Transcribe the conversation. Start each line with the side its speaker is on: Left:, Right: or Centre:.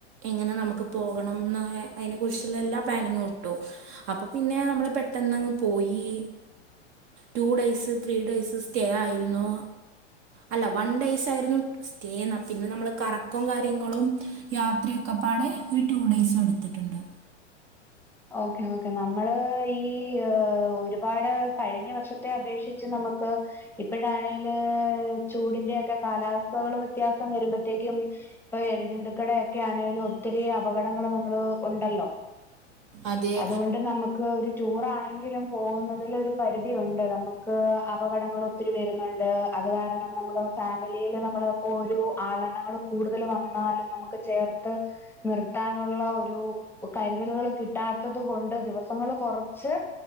Right: എങ്ങനെ നമുക്ക് പോകണംന്ന് അതിനെ കുറിച്ചുള്ള എല്ലാ പ്ലാനിങ്ങും ഇട്ടു അപ്പൊ പിന്നെ നമ്മള് പെട്ടെന്നങ്ങ് പോയി ഈ two days three days stay ആയിരുന്നു അല്ല വൺ ഡേയ്സ് ആയിരുന്നു സ്റ്റേ എന്ന പിന്നെ നമ്മൾ കറക്കും കാര്യങ്ങളും യാത്രയൊക്കെ പാടെ ഒരു ടു ഡേയ്സും എടുത്തിട്ടുണ്ട്.
Centre: ഓക്കെ ഓക്കെ നമ്മള് ഈ ഒരുപാട് കഴിഞ്ഞ വർഷത്തെ അപേക്ഷിച്ച് നമുക്ക് ഇപ്പഴാണെല് ചൂടിന്റെ ഒക്കെ കാലാവസ്ഥകൾ വ്യത്യാസം വരുമ്പോത്തേക്കും ഇപ്പൊ എഴജന്തുക്കളൊക്കെ ആണെലും ഒത്തിരി അപകടങ്ങൾ നമ്മള് ഉണ്ടല്ലോ
Right: അതെ
Centre: അതുകൊണ്ട് നമുക്ക് ഒരു- ടൂർ ആണെങ്കിലും പോകുന്നതിൽ ഒരു പരിധിയുണ്ട് നമുക്ക് അപകടങ്ങൾ ഒത്തിരി വരുന്നുണ്ട് അത് കാരണം നമ്മുടെ ഫാമിലിയിൽ നമ്മള് ഇപ്പോ ഒരു ആളെണ്ണങ്ങൾ കൂടുതൽ വന്നാലും നമുക്ക് ചേർത്ത് നിർത്താനുള്ള ഒരു കരുതലുകൾ കിട്ടാത്തത് കൊണ്ട് ദിവസങ്ങൾ കുറച്ച്